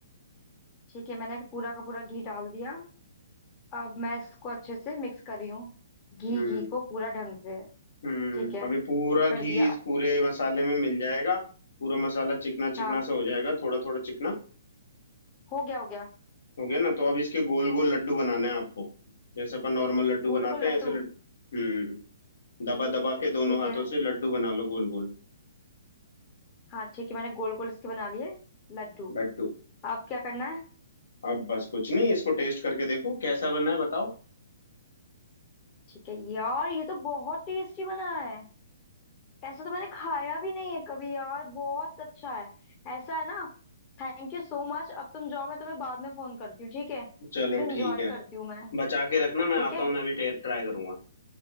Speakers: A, on the left; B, on the left.
A: ठीक है मैंने पूरा का पूरा घी डाल दिया अब मैं इसको अच्छे से मिक्स कर रही हूँ घी
B: हम्म
A: घी को पूरा ढंग से
B: हम्म
A: ठीक है
B: अभी पूरा
A: कर
B: घी
A: दिया
B: इस पूरे मसाले में मिल जाएगा पूरा मसाला चिकना चिकना
A: हाँ
B: सा हो जाएगा थोड़ा थोड़ा चिकना
A: हो गया हो गया
B: हो गया ना तो अब इसके गोल गोल लड्डू बनाने हैं आपको जैसे अपन नॉर्मल लड्डू
A: गोल
B: बनाते
A: गोल लड्डू
B: हैं ऐसे लड्डू हम्म दबा दबा के दोनों
A: ठीक
B: हाथों
A: है
B: से लड्डू बना लो गोल गोल
A: हाँ ठीक है मैंने गोल गोल इसके बना लिए लड्डू
B: लड्डू
A: अब क्या करना है
B: अब बस कुछ नहीं इसको टेस्ट करके देखो कैसा बना है बताओ
A: ठीक है यार ये तो बहुत टेस्टी बना है ऐसा तो मैंने खाया भी नहीं है कभी यार बहुत अच्छा है ऐसा है ना Thank you so much अब तुम जाओ मैं तुम्हें बाद में फोन करती हूँ ठीक है इसे
B: चलो
A: एंजॉय
B: ठीक है
A: करती हूँ मैं
B: बचा के रखना मैं आता
A: ठीक है
B: हूँ मैं भी टेस्ट ट्राई करूंगा